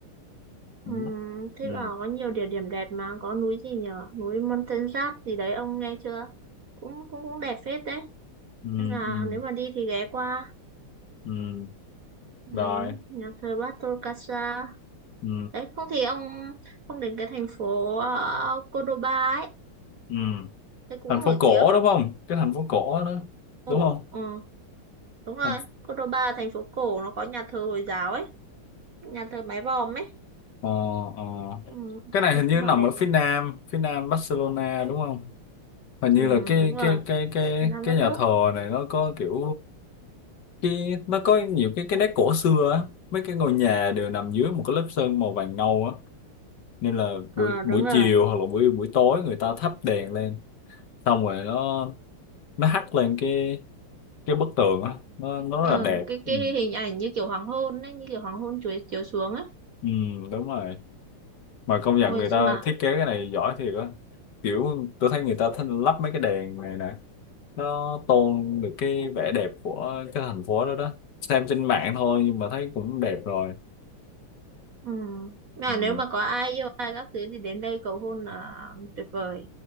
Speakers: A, on the left (about 55°); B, on the right (about 50°).
A: đúng
B: ừm,
A: đấy.
B: thế
A: ừ,
B: bảo có nhiều địa điểm đẹp mà có núi gì nhở núi Montserrat gì đấy ông nghe chưa cũng cũng cũng đẹp phết đấy
A: ừ,
B: nên là
A: ừ,
B: nếu mà đi thì ghé qua
A: ừ. rồi
B: Ừm, nhà thờ Bartol Casa
A: ừ,
B: đấy không thì ông ông đến cái thành phố ờ, Cordoba ấy
A: ừ.
B: thế cũng
A: thành
B: nổi
A: phố cổ
B: tiếng
A: đúng không cái thành phố cổ đó
B: cổ
A: đúng không
B: ừ, đúng rồi
A: thành...
B: Cordoba thành phố cổ nó có nhà thờ Hồi giáo ấy nhà thờ mái vòm ấy
A: ờ, ờ.
B: Ừm,
A: cái này
B: thế
A: hình như
B: cũng bảo
A: nằm
B: đẹp
A: ở phía
B: mà
A: nam phía nam Barcelona đúng không hình
B: Ừm,
A: như là cái
B: đúng rồi
A: cái cái cái
B: Việt Nam
A: cái
B: đất
A: nhà
B: nước
A: thờ này nó có kiểu cái nó có nhiều cái cái nét cổ xưa á mấy cái ngôi nhà đều nằm dưới một cái lớp sơn màu vàng nâu á nên là
B: Ờ
A: buổi
B: đúng
A: buổi
B: rồi
A: chiều hoặc là buổi buổi tối người ta thắp đèn lên xong rồi nó nó hắt lên cái cái bức tường á nó nó
B: ờ,
A: rất là đẹp
B: cái cái
A: ừ.
B: hình ảnh như kiểu hoàng hôn ấy như kiểu hoàng hôn chuối chiếu xuống ấy
A: ừ đúng rồi mà công nhận
B: ôi
A: người
B: sao
A: ta
B: mà
A: thiết kế cái này giỏi thiệt á kiểu tôi thấy người ta thích lắp mấy cái đèn này nè nó tôn được cái vẻ đẹp của cái thành phố đó đó xem trên mạng thôi nhưng mà thấy cũng đẹp rồi
B: ừ. mà
A: ừ.
B: nếu mà có ai yêu ai các thứ thì đến đây cầu hôn là tuyệt vời